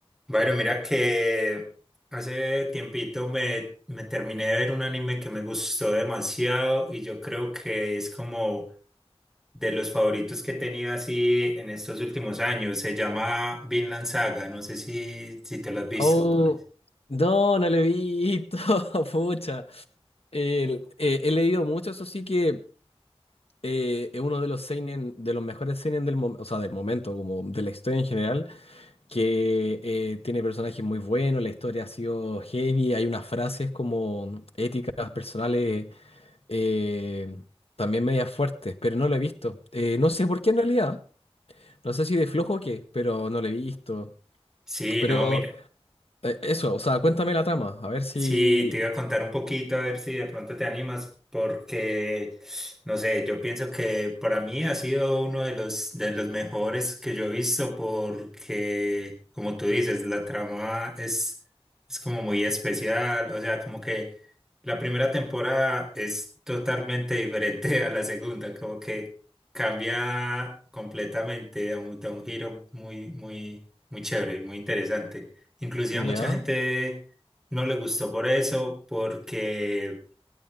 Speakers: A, in the centre; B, on the left.
A: Bueno, mira que hace tiempito me, me terminé de ver un anime que me gustó demasiado y yo creo que es como de los favoritos que he tenido así en estos últimos años. Se llama Vinland Saga, no sé si, si te lo has visto
B: Oh,
A: con eso.
B: no, no lo he visto, <laughs> pucha. El- eh, he leído mucho, eso sí que eh, es uno de los seinen, de los mejores seinen del momento, o sea, del momento, como de la historia en general, que eh, tiene personajes muy buenos, la historia ha sido heavy, hay unas frases como éticas personales eh, también medias fuertes, pero no lo he visto. Eh, no sé por qué en realidad, no sé si de flojo o qué, pero no lo he visto.
A: Sí,
B: Pero...
A: no, mira.
B: Eh, Eso, o sea, cuéntame la trama, a ver si
A: Sí, te iba a contar un poquito a ver si de pronto te animas, porque no sé, yo pienso que para mí ha sido uno de los de los mejores que yo he visto, porque como tú dices, la trama es es como muy especial, o sea, como que la primera temporada es totalmente <laughs> diferente a la segunda, como que cambia completamente, da un, da un giro muy muy muy chévere, muy interesante. Inclusive
B: Ya,
A: a mucha gente no le gustó por eso, porque,